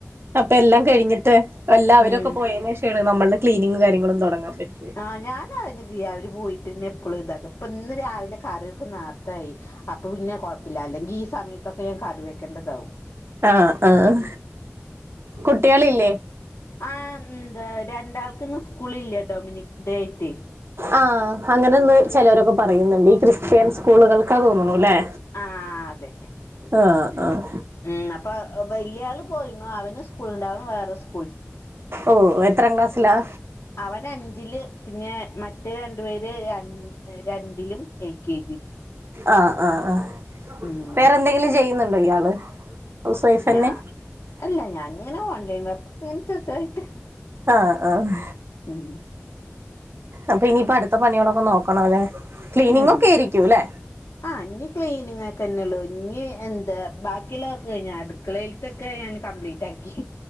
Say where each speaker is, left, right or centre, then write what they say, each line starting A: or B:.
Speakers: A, on the right; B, on the left.
A: അപ്പ എല്ലാം കഴിഞ്ഞിട്ട് എല്ലാവരുഒക്കെ
B: ഉം
A: പോയന് ശേഷമാണ് നമ്മളുടെ ക്ലീനിങ്ങും കാര്യങ്ങളും തുടങ്ങാൻ പറ്റും
B: ആഹ് ഞാൻ ആ ചെയ അവര് പോയിട്ട്ന്നെ എപ്പളും ഇതാക്കും ഇപ്പ ഇന്ന് രാവിലെ കറിയോക്കെ നേർത്തായി അപ്പൊ പിന്നെ പ്പില്ല അല്ലെങ്കിൽ ഈ സമയത്തൊക്കെ ഞാൻ കറി വെക്കേണ്ടതാവും
A: ആഹ് ആഹ് കുട്ടികളില്ലേ
B: ആ എന്താ രണ്ടാൾക്ക് ഇന്ന് സ്കൂളില്ല ഡൊമിനിക് ഡേ ആയിട്ട്
A: ആഹ് അങ്ങനെന്ന് ചിലവരൊക്കെ പറയുന്നുണ്ട് ഈ ക്രിസ്ത്യൻ സ്കൂളുകൾക്കാ തോന്നണ്ല്ലേ
B: ആഹ് അതെ
A: ആഹ് ആഹ്
B: ഉം അപ്പ വലിയ ആള് പോയിണ് അവനു സ്കൂളുണ്ട് അവൻ വേറെ സ്
A: ഓ എത്ര ക്ലാസ്സിലാ
B: അവൻ അഞ്ചില് പിന്നെ മറ്റേ രണ്ടു പേര് രാണ്ട് രണ്ടിലും എൽ കെ ജി
A: ആഹ് ആഹ് ആഹ്
B: ഉം
A: വേറെന്തെങ്കിലും ചെയ്യുന്നുണ്ടോ ഇയാള് ഹൗസ് വൈഫ്
B: ഞാ
A: തന്നെ
B: അല്ല ഞാനിങ്ങനെ ഓൺലൈൻ വർക്കൊക്കെങ്ങനെ ചെറുതായിട്ട്
A: ആഹ് ആഹ്
B: ഉം
A: അപ്പൊ ഇനിയിപ്പോ അടുത്ത പണികളൊക്കെ നോക്കണ അല്ലേ ക്ലീനിഞ്ഞ്ങ്ങൊക്കെ
B: ഉം
A: ആയിരിക്കും അല്ലേ
B: ആഹ് ഇനീ ക്ലീനിങ് ആക്ക തന്നെള്ളു ഇനീ എന്താ ബാക്കി ളക്കെഴിഞ്ഞു അടുക്കളെൽത്തെക്കെ ഞാൻ കപ്ലീറ്റ് ആക്കി